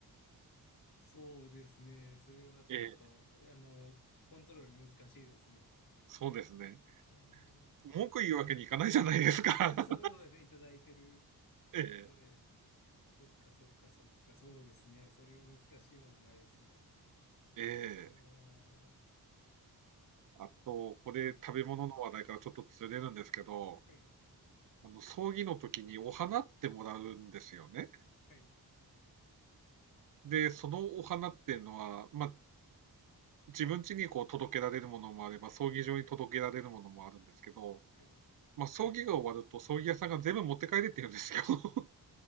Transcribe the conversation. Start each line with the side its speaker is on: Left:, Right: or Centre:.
Left: そうですね。それはちょっと、
Right: <laughs> ええ、
Left: あの、コントロール難しいですね。
Right: そうですね。
Left: おー
Right: 文句言うわけにいかないじゃないですか。
Left: <laughs>
Right: <laughs>
Left: そうそうですね。いただいてる
Right: ええ、
Left: ので、そっかそっかそっか、そうですね。それは難しい問題ですね。
Right: え
Left: お
Right: え。
Left: ー、
Right: あと、これ食べ物の話題からちょっとずれるんですけど、
Left: はい、はい、
Right: あの、葬儀の時にお花ってもらうんですよね。
Left: はい、
Right: で、そのお花っていうのは、まあ、自分家にこう届けられるものもあれば、葬儀場に届けられるものもあるんですけど、
Left: はい。
Right: まあ、葬儀が終わると、葬儀屋さんが全部持って帰れって言うんですよ。<laughs>